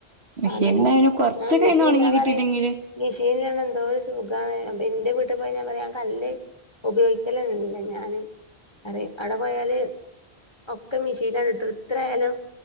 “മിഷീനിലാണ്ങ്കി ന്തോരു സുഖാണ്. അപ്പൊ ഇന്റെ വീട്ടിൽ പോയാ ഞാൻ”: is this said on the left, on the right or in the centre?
Left